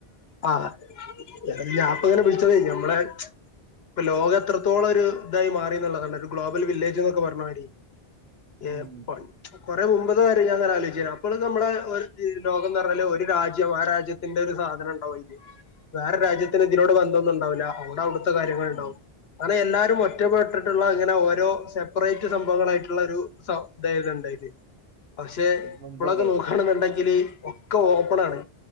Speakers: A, on the left; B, on the right.
A: ആഹ് ഞ ഞാപ്പങ്ങനെ വിളിച്ചതെ ഞമ്മളെ ഇപ്പൊ ലോക എത്രത്തോളം ഒരു ഇതായി മാറി എന്നുള്ളതാണ് ഒരു ഗ്ലോബൽ വില്ലേജ് എന്നൊക്കെ പറയണമാതിരി ഏപ്പം
B: ഉം
A: കുറെ മുമ്പത്തെ കാര്യം ഞാൻഇങ്ങനെ ആലോചിച്ചിന്നു അപ്പോൾ നമ്മളെ ഒരു ലോകം എന്ന് പറഞ്ഞല് ഒരു രാജ്യം ആ രാജ്യ എന്റെ ഒരു സാധനം ഇണ്ടാവും അയില്
B: <inaudible>
A: വേറെ രാജ്യത്തിന് ഇതിനോട് ബന്ധന്നും ഉണ്ടാവൂല. അവിടെ അവിടുത്തെ കാര്യങ്ങൾ
B: ഉം
A: ഉണ്ടാവും അങ്ങനെ എല്ലാരും ഒറ്റപ്പെട്ടിട്ടുള്ള അങ്ങനെ ഓരോ സെപ്പറേറ്റ് സംഭവങ്ങളായിട്ടുള്ള ഒരു സം ഇതേനുണ്ടായിന്
B: <inaudible>
A: പക്ഷെ
B: മുമ്പുണ്ടായിരുന്നു
A: ഇപ്പളൊക്കെ നോക്കണെന്നുണ്ടെങ്കില് ഒക്കെ ഓപ്പൺ ആണ്.